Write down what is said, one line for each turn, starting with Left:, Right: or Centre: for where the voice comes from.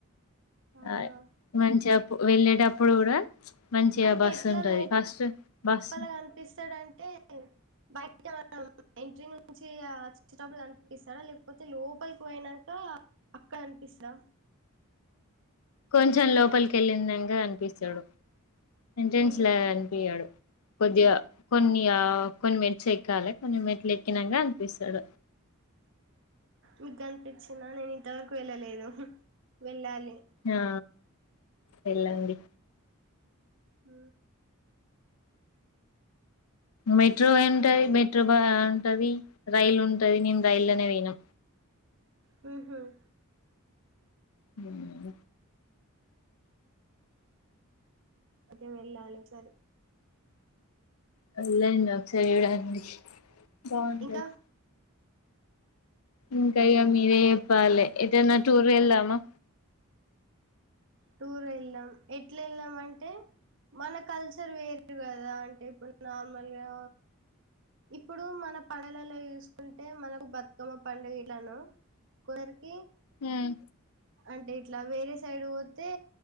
Right: అవునా
Left: ఆ మంచిగా చెప్పు వెళ్ళేటప్పుడు కూడా మంచిగా
Right: అంటే
Left: బస్సు
Right: ఎట్లా
Left: ఉంటది
Right: లోప
Left: ఫస్ట్ బస్సు
Right: పల కనిపిస్తాడంటే బయ అయితే మనం ఎంట్రీ నుంచి ఆ వచ్చేటపుడు అనిపిస్తాడా లేకపోతే లోపలికి పోయినాక అక్కడ అనిపిస్తడా
Left: కొంచెం లోపలికెళ్ళందంగా అనిపిస్తాడు ఎంట్రన్స్
Right: ఉహు
Left: ల కనిపియ్యడు కొద్దిగా కొన్ని కొన్ని మిట్స్ ఎక్కాలి కొన్ని మిట్లు ఎక్కినాక అనిపిస్తాడు
Right: మికు కనిపించిన నేను ఇంతవరకు వెళ్ళలేదు వెళ్ళాలి
Left: ఆ వెళ్లండి
Right: హ
Left: మెట్రో ఉంటది మెట్రో బా ఉంటది రైల్ ఉంటది నేను రైల్నే పోయినం
Right: హ్మ్ హ్మ్
Left: హ్మ్
Right: అదే వెళ్లాలి ఒకసారి
Left: వెళ్ళండి ఒక్కసారి చూడండి బాగుంటది
Right: ఇంకా
Left: ఇంకా ఏం మీరే చెప్పాలి ఎటైనా టూర్ వెళ్దామా
Right: టూర్ వెళ్దాం ఎట్లా వెళ్ళాం అంటే మన కల్చర్ వేరు కదా అంటే ఇప్పుడు నార్మల్గా ఇప్పుడు మన పండలలో చూసుకుంటే మనకు బతుకమ్మ పండుగ ఎలానో కోరిక
Left: హ్మ్
Right: అంటే ఇట్లా వేరే సైడ్ పోతే